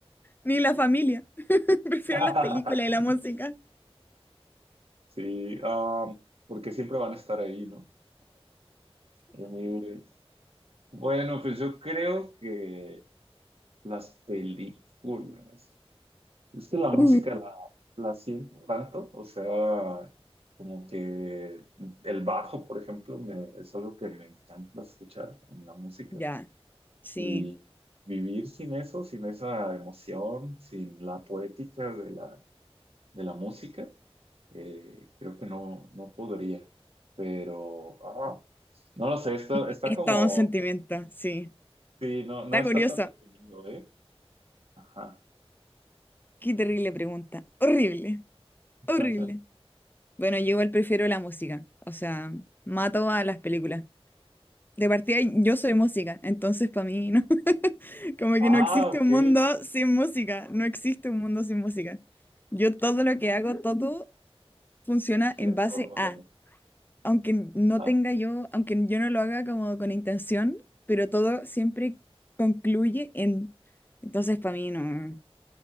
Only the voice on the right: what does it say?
<laughs>
Sí, ah, porque siempre van a estar ahí, ¿no? Eh, bueno, pues yo creo que Las películas. Es que la música
la, la siento tanto, o sea, como que el bajo, por ejemplo, me- es algo que me encanta escuchar en la música.
Y vivir sin eso, sin esa emoción, sin la poética de la, de la música, eh, creo que no, no podría. Pero, ah, no lo sé, está,
está
como,
sí, no, no
está
tan definido, ¿eh? Ajá.
<laughs>
Ah,
ok.
gira
en
torno
a la música.
Ah,